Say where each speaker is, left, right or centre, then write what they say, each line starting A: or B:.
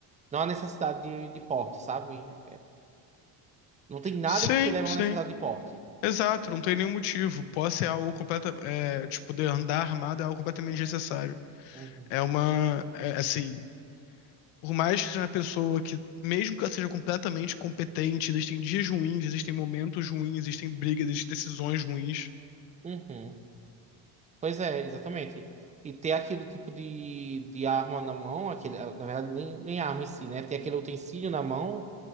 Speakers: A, on the right; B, on the left.
A: Não há necessidade de, de porte, sabe? Não tem nada
B: Sim,
A: que te leve
B: sim.
A: a uma necessidade de porte.
B: Exato, não tem nenhum motivo. Posse é algo completa, é, tipo, poder andar armado é algo completamente desnecessário.
A: Uhum.
B: É uma, é, assim, por mais que seja uma pessoa que, mesmo que ela seja completamente competente, existem dias ruins, existem momentos ruins, existem brigas, existem decisões ruins.
A: Uhum. Pois é, exatamente. E ter aquele tipo de, de arma na mão, aquele, na verdade, nem, nem arma em si, né? Ter aquele utensílio na mão.